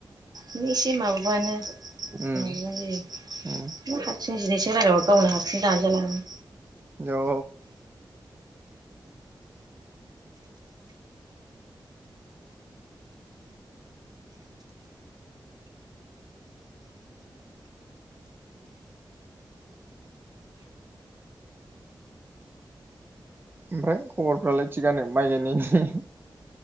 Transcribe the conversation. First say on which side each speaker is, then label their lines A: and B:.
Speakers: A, on the right; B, on the right.
A: नो इसे माबाबानो नुबानो
B: उम
A: जायो
B: उम
A: हारसिं जिनैसो रायलायहर गावनो हारसिं दानजा जालाङो।
B: औ ओमफ्राय खबरफ्रालाय थिगानो माइ गायनायनि?